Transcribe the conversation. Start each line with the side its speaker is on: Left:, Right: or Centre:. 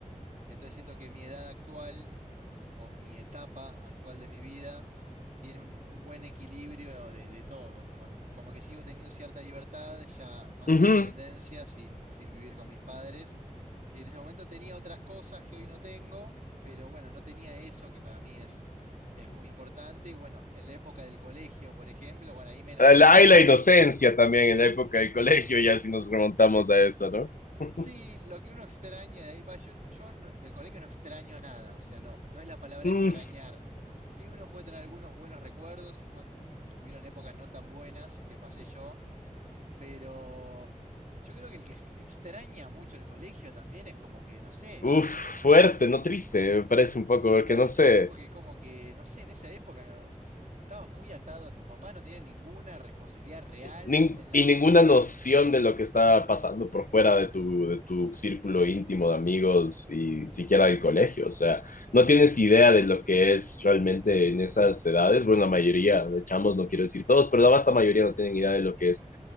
Right: Entonces siento que mi edad actual o mi etapa actual de mi vida tiene un, un buen equilibrio de, de todo, como, como que sigo teniendo cierta libertad, ya más
Left: ujú,
Right: independencia sin, sin vivir con mis padres. Y en ese momento tenía otras cosas que hoy no tengo, pero bueno, no tenía eso que para mí es es muy importante. Y bueno, en la época del colegio, por ejemplo, bueno, ahí menos
Left: La,
Right: que menos.
Left: hay la inocencia también en la época del colegio, ya si nos remontamos a eso, ¿no? <laughs>
Right: Sí, lo que uno extraña de ahí, va, yo, yo no- del colegio no extraño nada, o sea, no, no es la palabra
Left: Mm,
Right: extrañar. Sí, uno puede tener algunos buenos recuerdos, pu- hubieron épocas no tan buenas que pasé yo, pero yo creo que el que ex- extraña mucho el colegio también es como que, no sé,
Left: Uf, fuerte, no triste, me parece un poco,
Right: sí,
Left: porque
Right: me parece
Left: no sé.
Right: triste porque como que, no sé, en esa época no- estabas muy atado a tus papás, no tenías ninguna responsabilidad real
Left: nin-
Right: en la
Left: y
Right: vida.
Left: ninguna noción de lo que está pasando por fuera de tu, de tu círculo íntimo de amigos y siquiera del colegio. O sea, no tienes idea de lo que es realmente en esas edades. Bueno, la mayoría de chamos, no quiero decir todos, pero la vasta mayoría no tienen idea de lo que es